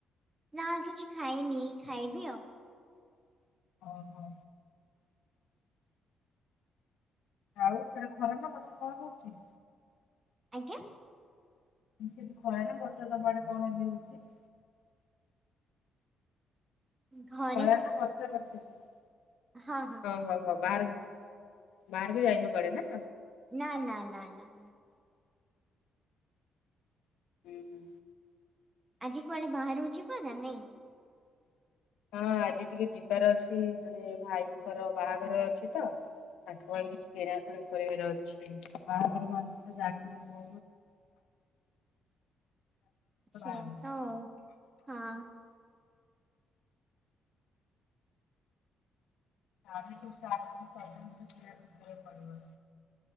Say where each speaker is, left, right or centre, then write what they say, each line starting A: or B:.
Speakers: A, on the right; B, on the left.
A: ନା କିଛି ଖାଇନି, ଖାଇବି ଆଉ।
B: ଓହୋ। ଆଉ ସେଟା ଖରା ନା ବର୍ଷା କଣ ହୋଉଚି?
A: ଆଜ୍ଞା।
B: ସେଠି ଖରା ନା ବର୍ଷା ତମ ଆଡେ କଣ ଏବେ ହୋଉଚି?
A: ଘ
B: ଖରା ନା ବର୍ଷା କରିଛି ଆଜି ଓ
A: ହଁ ହଁ
B: ହଉ ହଉ ହଉ ବାହାର ବି ବାହାର ବି ଯାଇନୁ କୁଆଡେ ନା।
A: ନା ନା ନା ନା ନା।
B: ଉଁ ହୁଁ।
A: ଆଜି କୁଆଡେ ବାହାରକୁ ଯିବ ନା ନାଇଁ।
B: ହଁ ଆଜି ଟିକେ ଯିବାର ଅଛି ଜଣେ ଭାଇଙ୍କର ବାହାଘର ଅଛି ତ। ତାଙ୍କ ପାଇଁ କିଛି କିଣାକଣି କରିବାର ଅଛି ବାହାଘର ମାନେ ତ ଜାଣି ଥିବ।
A: ସେଇଆ
B: <unintelligible>
A: ତ ଆଉ। ହଁ।
B: ତା ବି ସବୁ ଜିନିଷ କିଣା କିଣି କରିବାକୁ ପଡିବ।